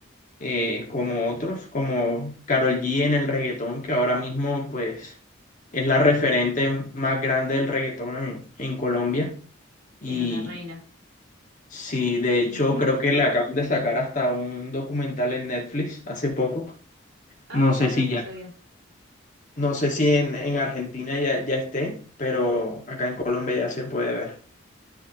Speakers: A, on the left; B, on the right.
A: eh, como otros, como Karol G en el reggaetón, que ahora mismo pues es la referente más grande del reggaetón en, en Colombia. Y
B: Sí, una reina.
A: sí, de hecho
B: <laughs>
A: creo que le acaban de sacar hasta un documental en Netflix hace poco.
B: Ah,
A: No
B: mira,
A: sé
B: no
A: si
B: lo
A: ya.
B: sabía.
A: No sé si en, en Argentina ya, ya esté, pero acá en Colombia ya se puede ver.